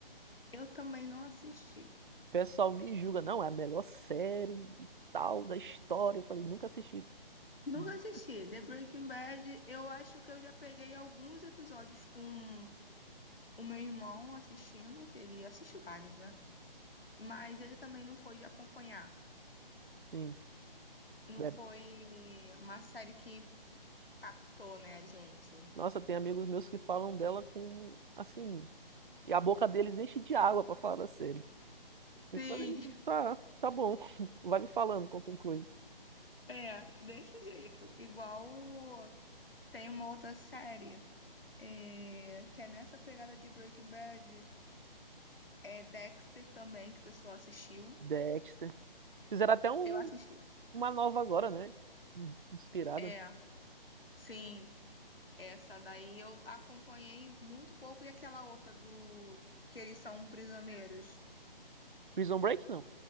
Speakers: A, on the left; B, on the right.
A: Eu também não assisti.
B: O pessoal me julga, não, é a melhor série e tal da história. Eu falei, nunca assisti.
A: Nunca
B: Uhum.
A: assisti. The Breaking Bad, eu acho que eu já peguei alguns episódios com o meu irmão assistindo, que ele assiste vários, né? Mas ele também não foi de acompanhar.
B: Sim.
A: Não
B: É.
A: foi uma série que captou, né, a gente?
B: Nossa, tem amigos meus que falam dela com, assim, e a boca deles enche de água pra falar da série. Eu
A: Sim.
B: falei, tá, tá bom. <laughs> Vai me falando qualquer coisa.
A: É, desse jeito. Igual tem uma outra série é, que é nessa pegada de Breaking Bad. É Dexter também, que o pessoal assistiu.
B: Dexter. Fizeram até um,
A: Eu assisti.
B: uma nova agora, né? Inspirada.
A: É, sim. Essa daí eu acompanhei muito pouco. E aquela outra do que eles são prisioneiros.
B: Prison Break, não.